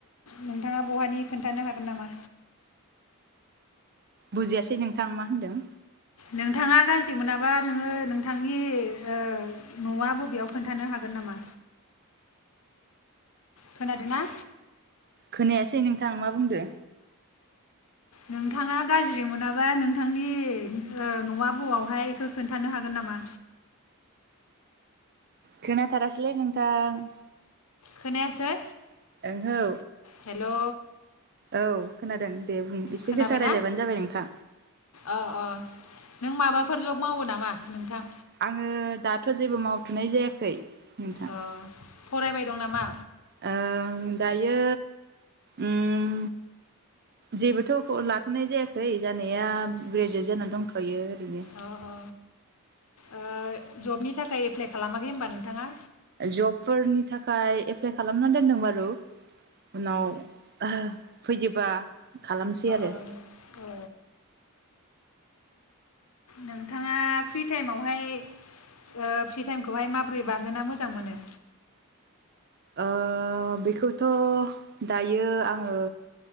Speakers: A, on the left (about 75°); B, on the right (about 45°).
A: नोंथाङा बहानि खोन्थानो हागोन नामा?
B: बुजियासै नोंथां मा होनदों?
A: नोंथांङा गाज्रि मोनाबा नोंङो नोंथांनि ओ न'आ बबेयाव खोन्थानो हागोन नामा? खोनादो ना?
B: खोनायासै नोंथां मा बुंदो।
A: नोंथांङा गाज्रि मोनाबा नोंथांनि ओ न'आ बबावहाय इखो खोन्थानो हागोन नामा?
B: खोनाथारासैलै नोंथां।
A: खोनायासै?
B: ओहौ।
A: हेलौ।
B: औ खोनादों। दे बुं एसे
A: खोनाबायना
B: गोसा रायलायबानो जाबाय नोंथां।
A: अ अ नों माबाफोर जब मावो नामा नोंथां?
B: आंङो दाथ' जेबो मावथ'नाय जायाखै। नोंथां।
A: अ फरायबाय दं नामा?
B: ओ दायो उम जेबोथ' लाथ'नाय जायाखै जानाया ग्रेजुवेट जानानै दंथ'यो। बिदिनो
A: अ अ ओ जबनि थाखाय एप्लाइ खालामाखै होनबा नोंथाङा?
B: जबफोरनि थाखाय एप्लाइ खालामनानै दोनदों बारु उनाव ओ फैयोबा खालामसै आरो
A: ओ औ नोंथाङा फ्रि टाइमावहाय ओ फ्रि टाइमखौहाय माबोरै बारहोना मोजां मोनो।
B: ओ बेखौथ' दायो आङो